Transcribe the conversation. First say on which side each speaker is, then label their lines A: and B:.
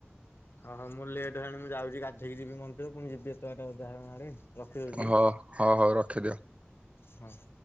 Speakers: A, on the left (about 60°); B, on the right (about 30°).
A: ଓଁ ହୋ ମୁଁ ଲେଟ୍ ହେଲାଣି ମୁଁ ଯାଉଛି ଗାଧେଇକି ଯିବି ମନ୍ଦିରରେ ପୁଣି ଯିବି ଏତେଟା ଅଜା ଘର ଆ ରେ ରଖିଦଉଛି
B: ହ ହଉ ହଉ ରଖିଦିଅ।
A: ହଁ। <inaudible>